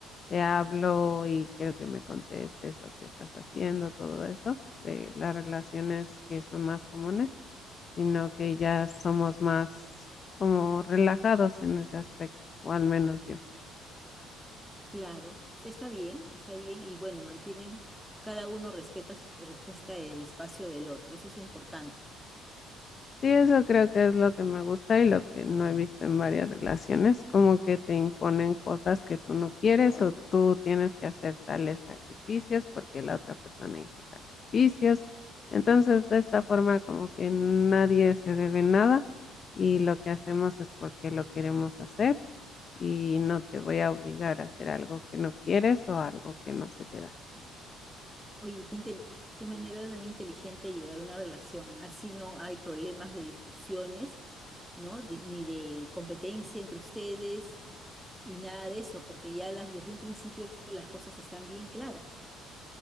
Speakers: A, on the left; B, in the centre.
A: te hablo y quiero que me contestes o qué estás haciendo, todo eso, de las relaciones que son más comunes, sino que ya somos más como relajados en ese aspecto, o al menos yo.
B: Claro, sí, está bien, está bien y bueno, mantienen, cada uno respeta, su- respeta el espacio del otro, eso es importante.
A: Sí, eso creo que es lo que me gusta y lo que no he visto en varias relaciones, como que te imponen cosas que tú no quieres o tú tienes que hacer tales sacrificios porque la otra persona hizo sacrificios. Entonces, de esta forma, como que nadie se debe nada y lo que hacemos es porque lo queremos hacer y no te voy a obligar a hacer algo que no quieres o algo que no se te da.
B: Oye, qué, inteli- qué manera tan inteligente de llevar una relación, así no hay problemas de discusiones, ¿no? Ni ni de competencia entre ustedes y nada de eso, porque ya las, desde un principio las cosas están bien claras.